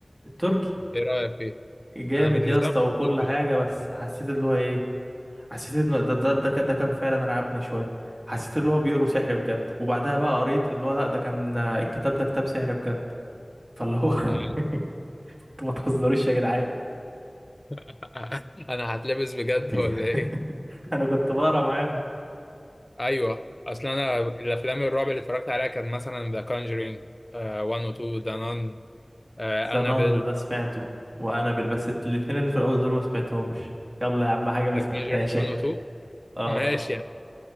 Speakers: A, on the right; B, on the left.
A: التركي
B: ايه رأيك فيه
A: جامد
B: انا بالنسبة
A: يا اسطى
B: لي ما
A: وكل
B: شفتوش
A: حاجه بس حسيت اللي هو ايه حسيت انه ده ده ده كان ده كان فعلا رعبني شويه حسيت اللي هو بيقروا سحر بجد وبعدها بقى قريت اللي هو لا ده كان آه، الكتاب ده كتاب سحر بجد فاللي هو <laughs>
B: آه،
A: انتوا ما تهزروش يا جدعان
B: <laughs> انا هتلبس بجد ولا
A: <laughs>
B: ايه
A: انا كنت بقرا معاهم
B: ايوه اصل انا الافلام الرعب اللي اتفرجت عليها كانت مثلا ذا كونجرينج 1 و 2 ذا نان انابيل
A: زنان ده سمعته وانابل بس الاتنين اللي في الاول دول ما سمعتهمش يلا يا عم حاجه ما
B: ذا
A: سمعتهاش
B: كونجرينج 1
A: <laughs>
B: و 2
A: اه
B: ماشي يعني